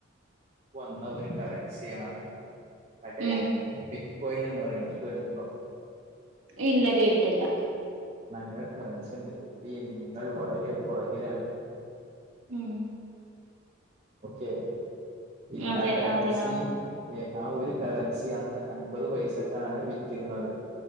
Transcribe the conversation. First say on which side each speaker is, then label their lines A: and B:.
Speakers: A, on the right; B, on the right.
A: വന്ന ഒരു കറൻസിയാണ് മറ്റേ
B: ഉം
A: ടി കോയിൻ എന്ന് പറയണത് കേട്ടിട്ടുണ്ടോ
B: ഇല്ല കേട്ടിട്ടില്ല
A: അങ്ങനെ ഒരു കറൻസി ഉണ്ട് കുട്ടി നിങ്ങൾ വളരെ പുറകിലാണ്
B: ഉം
A: കൊച്ചേ ഇന്നാ
B: അതെ
A: കറൻസി
B: അതെ ആന്ന്
A: ഏ ആ ഒരു കറൻസി അന്ന് അൻപത് പൈസക്കാണ് വിറ്റിരുന്നത്